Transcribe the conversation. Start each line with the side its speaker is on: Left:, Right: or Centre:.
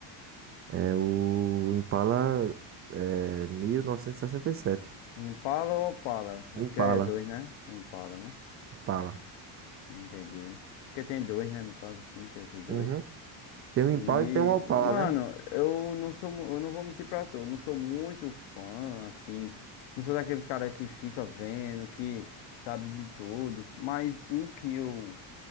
Right: É o Impala é, mil novecentos e e sessenta e sete
Left: Impala ou Opala? É
Right: Impala,
Left: porque é dois, né? O Impala, né?
Right: Impala.
Left: Não Entendi. Porque tem dois, né? No caso, assim, tem esses dois.
Right: Uhum. Tem um Impala
Left: E,
Right: e tem um Opala,
Left: mano,
Right: né?
Left: eu não sou, mu- eu não vou mentir pra tu, eu não sou muito fã, assim, não sou daqueles caras que fica vendo, que sabe de todos, mas um que eu,